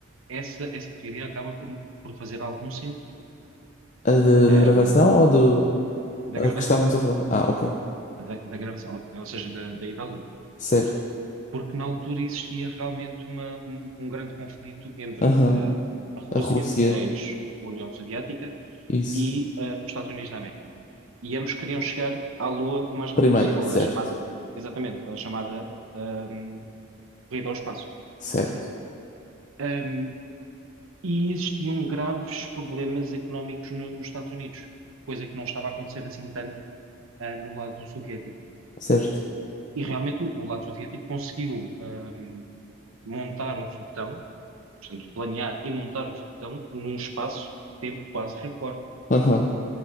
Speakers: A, on the right; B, on the left.
A: essa, essa teoria acabe por, por fazer algum sentido.
B: a de-
A: Ahm,
B: da gravação ou do
A: da
B: a
A: gravação,
B: que estávamos a falar? Ah, ok,
A: da, da gravação, ou ou seja, da, da ida à Lua.
B: certo.
A: porque na altura existia realmente uma- um, um grande conflito entre
B: Aham,
A: ah, a Rússia,
B: A Rússia,
A: a ex-União Soviética,
B: isso.
A: e ah, os Estados Unidos da América. E ambos queriam chegar à Lua o mais rápido
B: Primeiro,
A: possível,
B: certo,
A: a chamada, exatamente, a chamada ahm, corrida ao espaço.
B: certo,
A: Ahm, e existiam graves problemas económicos no- nos Estados Unidos, coisa que não estava a acontecer assim tanto ah, no lado soviético.
B: certo.
A: E realmente o, o lado soviético conseguiu ahm, montar um foguetão Portanto, planear e montar o foguetão num espaço de tempo quase recorde.
B: Aham,